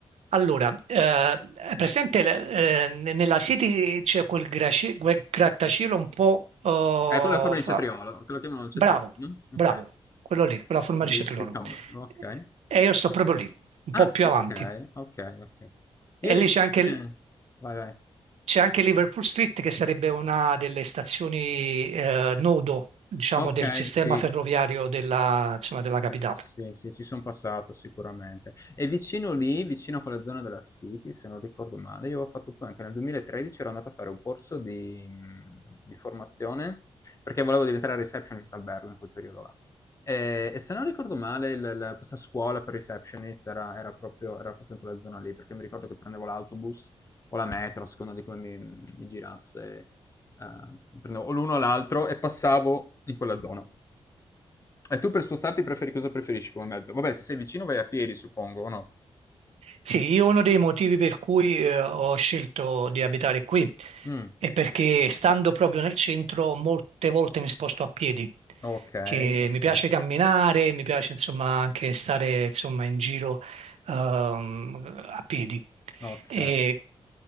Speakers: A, on the right; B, on the left.
A: Allora, eh, è presente le- eh, ne- nella City c'è quel, graci- quel grattacielo un po' eh,
B: È quella forma di
A: fa-
B: cetriolo, che lo chiamano il cetriolo,
A: Bravo,
B: no? Ok.
A: bravo, quello lì, quella forma di
B: Big
A: cetriolo.
B: cucumber, ok.
A: E io sto proprio lì, un
B: Ah,
A: po' più
B: ok,
A: avanti.
B: ok, ok. Io
A: E
B: le
A: lì
B: vicine...
A: c'è anche,
B: Vai, vai.
A: c'è anche Liverpool Street, che sarebbe una delle stazioni eh, nodo, diciamo,
B: Ok,
A: del sistema
B: sì.
A: ferroviario della, insomma, della capitale.
B: Sì, sì, ci son passato sicuramente. E vicino lì, vicino a quella zona della City, se non ricordo male, io ho fatto poi anche nel 2013 ero andato a fare un corso di mhmm, di formazione, perché volevo diventare receptionist albergo in quel periodo là. Ehm, e se non ricordo male il la questa scuola per receptionist era era proprio era proprio in quella zona lì, perché mi ricordo che prendevo l'autobus o la metro, a seconda di come mi mi girasse, ehm, prendevo o l'uno o l'altro e passavo in quella zona. E tu per spostarti preferi cosa preferisci come mezzo? Vabbè, se sei vicino vai a piedi, suppongo, o no?
A: Sì, io uno dei motivi per cui eh, ho scelto di abitare qui
B: Mm,
A: E perché stando proprio nel centro, molte volte mi sposto a piedi,
B: ok,
A: che
B: ok,
A: mi piace camminare, mi piace insomma anche stare insomma in giro ehm, a piedi.
B: ok.
A: E